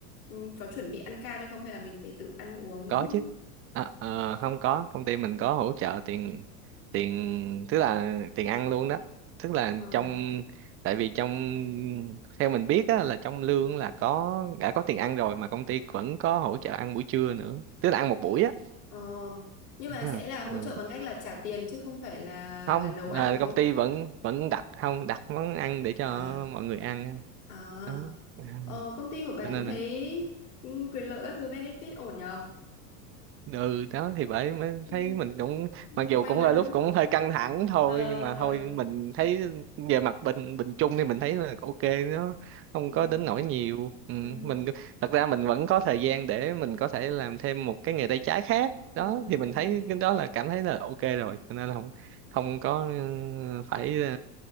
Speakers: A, on the left; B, on the right.
A: ừ, có chuẩn bị ăn ca cho không hay là mình phải tự ăn uống?
B: Có chứ. À, ờ, không có, công ty mình có hỗ trợ tiền tiền tức là tiền ăn luôn đó. Tức là
A: Ờ,
B: trong tại vì trong theo mình biết á, là trong lương là có đã có tiền ăn rồi mà công ty vẫn có hỗ trợ ăn buổi trưa nữa. Tức là ăn một buổi á.
A: ờ. Nhưng mà
B: Ha,
A: sẽ là hỗ
B: Ừ.
A: trợ bằng cách là trả tiền chứ không phải là
B: Không,
A: là nấu ăn
B: à,
A: đúng
B: công
A: không?
B: ty vẫn vẫn đặt không đặt món ăn để cho
A: À.
B: mọi người ăn
A: À.
B: đó à,
A: Ờ, công ty của bạn
B: cho nên
A: thấy
B: là
A: ừ, quyền lợi các thứ benefit ổn nhờ?
B: ừ đó thì bởi mới
A: Ừ,
B: thấy mình cũng mặc
A: cũng
B: dù
A: may
B: cũng
A: mắn
B: là lúc
A: đúng không?
B: cũng hơi căng thẳng thôi
A: Ờ
B: nhưng mà
A: ờ.
B: thôi mình thấy về mặt bình bình chung thì mình thấy là ok nó không
A: Ừ.
B: có đến nỗi nhiều ừ,
A: Ừ.
B: mình thật ra mình vẫn có thời gian để mình có thể làm thêm một cái nghề tay trái khác
A: ừ
B: đó
A: ừ
B: thì mình thấy cái đó là cảm thấy là ok rồi cho nên là không không có ừ, phải ờ,